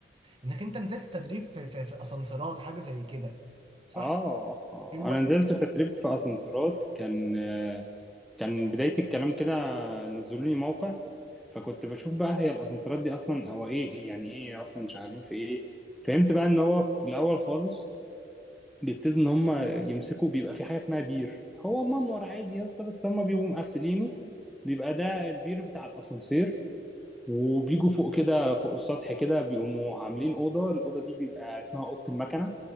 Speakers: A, on the right; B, in the centre.
A: انك انت نزلت تدريب في في, في اسانسيرات حاجه زي كده صح
B: اه آه.
A: الم...
B: انا نزلت تدريب في اسانسيرات كان آه، كان بداية الكلام كده نزلوا لي موقع فكنت بشوف بقى هي الاسانسيرات دي اصلا هو ايه يعني ايه اصلا شغالين في ايه فهمت بقى ان هو في الاول خالص بيبتدوا ان هم يمسكوا بيبقى في حاجة اسمها بير هو منور عادي يا اسطى بس هم بيبقوا مقفلينه بيبقى ده البير بتاع الاسانسير وبيجوا فوق كده فوق السطح كده بيقوموا عاملين اوضه الاوضه دي بيبقى اسمها اوضه المكنه